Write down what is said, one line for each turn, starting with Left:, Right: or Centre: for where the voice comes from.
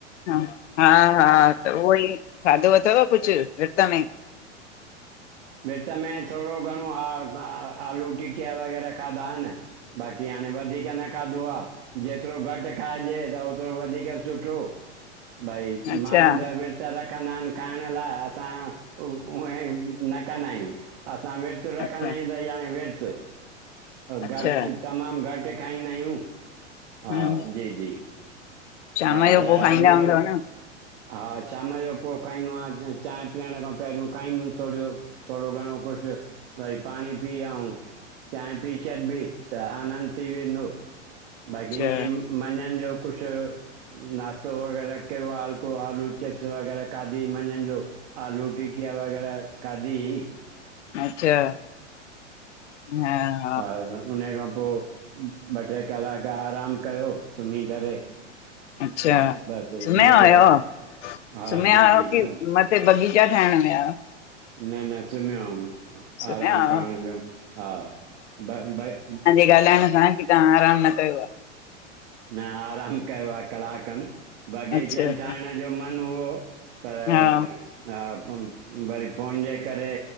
Left: ह हा हा त उओ ई खाधो अथव कुझु विर्त में?
Right: विच में थोड़ो घणो हा आलू टिकिया वग़ैरह खाधा आहिनि। बाकी हाणे वधीक न खाधो आ। जेतरो घटि खाइजे त ओतरो वधीक सुठो। भाई
Left: अच्छा
Right: माण्हू त विर्तु रखंदा आहिनि खाइण लाइ असां उहे न कंदा आहियूं। असां विर्तु रखंदा
Left: अच्छा
Right: आहियूं त याने विर्तु
Left: अच्छा
Right: घट तमामु घटि खाईंदा आहियूं, हा
Left: हम्म
Right: जी जी
Left: शाम
Right: हा
Left: जो
Right: त अॼु
Left: पो खाईंदा हूंदव न?
Right: हा शाम जो पोइ खाईंदो आहियां चांइ पीअण खां पहिरियों खाईंदुमि थोड़ो। थोड़ो घणो कुझु वरी पाणी पी आऊ चांहि पी छॾबि त आनंद थी वेंदो। बाक़ी
Left: अच्छा
Right: ईअं मंझंन जो कुझु नाश्तो वग़ैरह कयो आ‌ ह को आलू चिप्स वग़ैरह खादी मंझंनि जो आलू टिकिया वग़ैरह खादी ही।
Left: अच्छा हा
Right: हा उन खां पो ॿ ट्रे कलाक आराम कयो सुमी करे।
Left: अच्छा
Right: त बसि
Left: सुमया
Right: हींअर
Left: आयो
Right: हा
Left: सुमया
Right: जी
Left: आयो
Right: जी
Left: आहियो की
Right: सुम
Left: मत हे बगीचा ठाहिण विया हा
Right: न न सुम्हो हुयमि
Left: सुम्हिया
Right: आराम
Left: हुयव
Right: करणु वियुमि हा ब भई
Left: ॻाल्हाइईण सां की तव्हां आरामु न कयो आहे।
Right: न आरामु कयो आ कलाक खन बाग़ीचनि
Left: आहे अच्छा अच्छा
Right: ठाहिण जो मनु उहो पर
Left: हा
Right: हा वरी फोन जे करे